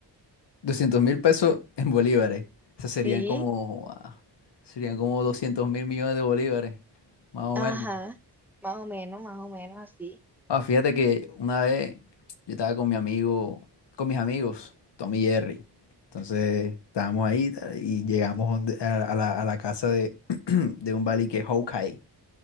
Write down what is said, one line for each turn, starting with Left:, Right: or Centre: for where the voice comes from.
Left: Doscientos mil pesos en bolívares. Eso serían
Centre: Sí,
Left: como, ah, serían como doscientos mil millones de bolívares, más o
Centre: ajá,
Left: menos.
Centre: más o menos, más o menos así,
Left: Ah, fíjate que una vez yo estaba con mi amigo, con mis amigos, Tommy y Jerry. Entonces estábamos ahí tal, y llegamos donde- a, a la, a la casa de, de un Bali que es Hawkeye.